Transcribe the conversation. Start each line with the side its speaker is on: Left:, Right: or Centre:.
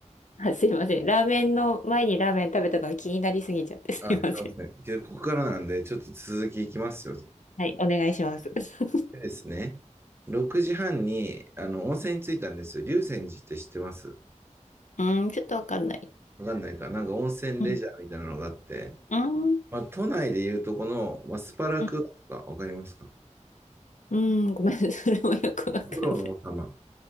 Left: あ、すいません。ラーメンの前にラーメン食べたのが気になりすぎちゃってすいません。
Right: あ、そうですね。けど、ここからなんで、ちょっと続きいきますよ。
Left: はい、お願いします。<laughs>
Right: でですね。6時半に、あの、温泉に着いたんですよ。竜泉寺って知ってます
Left: うーん、ちょっとわかんない。
Right: わかんないか。なんか温泉レジャーみたいなのがあって、
Left: うん。うーん。
Right: まあ、都内でいうとこの、まあ、スパラクーアとかわかりますか
Left: うん。うんごめん、<laughs> それもよくわかんない。
Right: お風呂の王様。